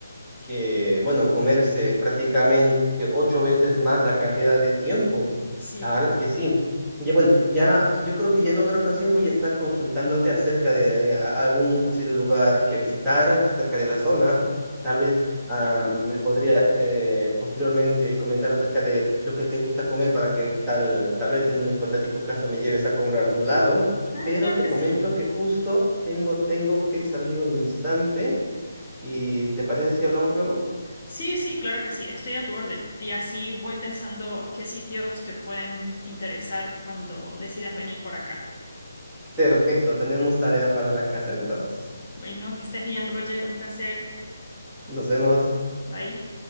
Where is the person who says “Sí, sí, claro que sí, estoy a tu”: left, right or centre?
Left